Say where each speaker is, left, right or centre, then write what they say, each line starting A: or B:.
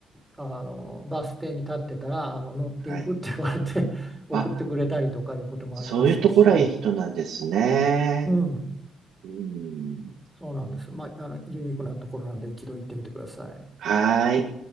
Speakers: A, in the centre; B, on the right.
A: あの、バス停に立ってたら、あの、乗っていくって言われて
B: はい。
A: <laughs> 送ってくれたりとかいうこともありましたし、
B: あ、そういうところはいい人なんですね。
A: うん、
B: うん。
A: そうなんです。まあ、あの、ユニークなところなんで、一度行ってみてください。
B: はーい。